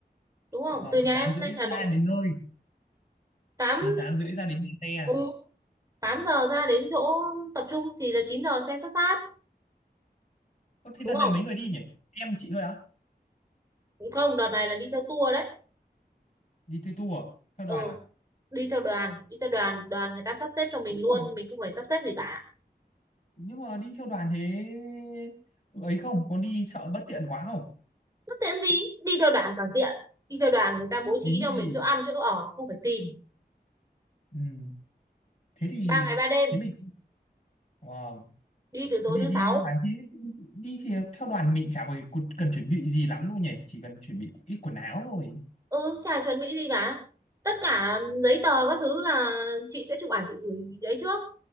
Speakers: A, on the right; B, on the left.
A: Đúng không?
B: vâng
A: Từ nhà
B: thì 8
A: em
B: rưỡi
A: lên Hà
B: ra
A: Nội.
B: đến nơi
A: 8
B: thì 8 rưỡi ra đến nhà xe à?
A: ừ, 8 giờ ra đến chỗ tập trung thì là 9 giờ xe xuất phát.
B: Ơ, thế
A: Đúng
B: đợt
A: không?
B: này mấy người đi nhỉ em chị thôi á
A: Cũng không, đợt này là đi theo tour đấy.
B: đi theo tour à? theo
A: Ừ.
B: đoàn à
A: đi theo đoàn đi theo đoàn đoàn người ta sắp xếp cho mình
B: Đúng
A: luôn
B: rồi.
A: mình không phải sắp xếp gì cả
B: nhưng mà đi theo đoàn thế ấy không có đi sợ bất tiện quá không
A: bất tiện gì đi theo đoàn càng tiện đi theo đoàn người ta bố trí
B: ý
A: cho
B: thì
A: mình chỗ ăn chỗ ở không phải tìm
B: ừ. thế thì
A: ba ngày ba đêm
B: thế mình wow
A: đi từ tối
B: thế thì
A: thứ sáu
B: đi theo đoàn thì đi thì theo đoàn thì mình chả phải cu- cần chuẩn bị gì lắm đâu nhỉ chỉ cần chuẩn bị ít quần áo thôi
A: ừ chả chuẩn bị gì cả tất cả giấy tờ các thứ là chị sẽ chụp ảnh chị gửi đấy trước